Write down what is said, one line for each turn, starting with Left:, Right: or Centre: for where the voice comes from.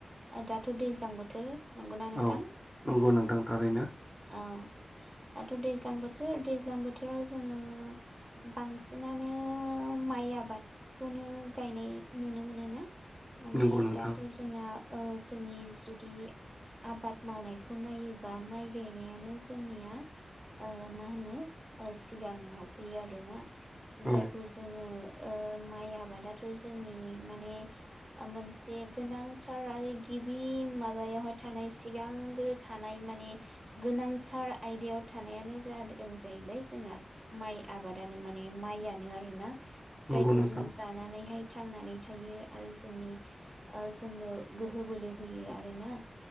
Right: दाथ' दैज्लां बोथोर नंगौना नोंथां
Centre: औ नंगौ नोंथां थारैनो
Right: औ। दाथ' दैज्लां बोथोर दैज्लां बोथोराव जोङो बांसिनानो माइ आबादखौनो गायनाय नुनो मोनो ना। माने
Centre: नंगौ नोंथां
Right: दाथ' जोंना ओ जोंनि जुदि आबाद मावनायखौ नायोबा माइ गायनायानो जोंनिया ओ मा होनो ओ सिगाङाव फैयो आरोना जायखौ
Centre: औ
Right: जोङो ओ माइ आबादाथ' जोंनि माने ओ मोनसे गोनां थार आरो गिबि माबायावहाय थानाय सिगांग्रो थानाय माने गोनांथार आयदायाव थानायानो जादों जाहैबाय जोंना माइ आबादानो माने माइयानो आरोना। जायखौ
Centre: नंगौ नोंथां
Right: जों जानानैहाय थांनानै थायो आरो जोंनि ओ जोंनो गोहो बोलो होयो आरोना